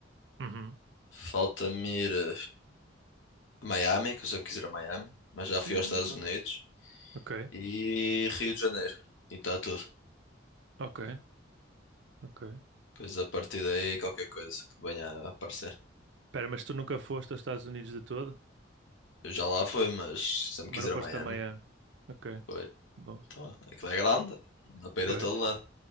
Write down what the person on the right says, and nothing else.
Uhum.
Sim.
Ok,
ok. Ok.
Espera, mas tu nunca foste aos Estados Unidos de todo?
Mas
não
foste
a Miami? Ok,
bom.
Pois.